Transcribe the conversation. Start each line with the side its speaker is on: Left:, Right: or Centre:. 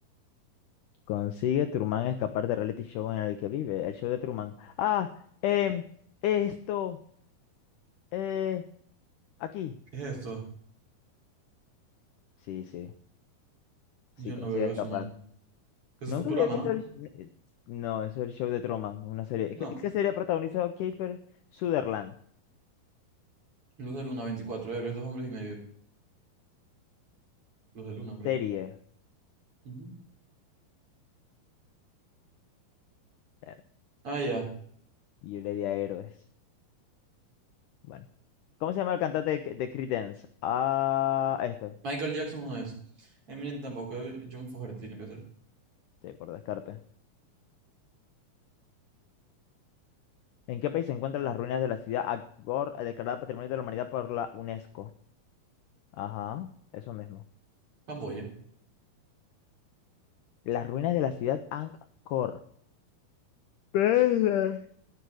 Left: Consigue Truman escapar del reality show en el que vive. El show de Truman. Ah, em, esto, eh, aquí.
Right: ¿Qué es esto?
Left: Sí, sí, sí
Right: Yo
Left: consigue
Right: no veo
Left: escapar.
Right: eso, man. Eso
Left: Nunca
Right: es Futurama,
Left: había visto
Right: ¿no?
Left: el... sh- No, eso es el show de Truman, una serie.
Right: No.
Left: ¿Qué, qué serie protagonizado Kiefer Sutherland?
Right: Luz de Luna, 24 héroes, dos hombres y medio. Luz de Luna, creo.
Left: Serie.
Right: Ujú.
Left: Ver,
Right: Ah, ya.
Left: Yo le di a héroes. Bueno. ¿Cómo se llama el cantante de, de Creedence? Ah, este.
Right: Michael Jackson no es. Eminem tampoco. eh, John Fogerty tiene que ser.
Left: Sí, por descarte. ¿En qué país se encuentran las ruinas de la ciudad Angkor declarada Patrimonio de la Humanidad por la UNESCO? Ajá, eso mismo.
Right: Camboya.
Left: Las ruinas de la ciudad Angkor. Verga.